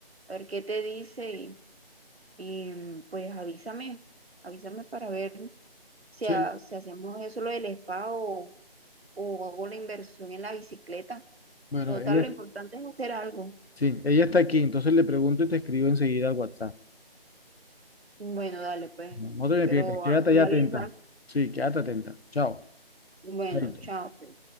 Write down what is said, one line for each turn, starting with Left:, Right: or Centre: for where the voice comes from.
Right: a ver qué te dice y, y pues avísame, avísame para ver si,
Left: Sí,
Right: ha- si hacemos eso lo del spa o, o hago la inversión en la bicicleta.
Left: bueno,
Right: Total,
Left: ella,
Right: lo importante es hacer algo.
Left: sí, ella está aquí, entonces le pregunto y te escribo enseguida al WhatsApp.
Right: Bueno, dale, pues,
Left: No no te me
Right: pero
Left: pierdas, quédate
Right: ah, me
Left: ahí atenta.
Right: avisas.
Left: Sí, quédate atenta. Chao.
Right: Bueno,
Left: Chaito.
Right: chao. pues.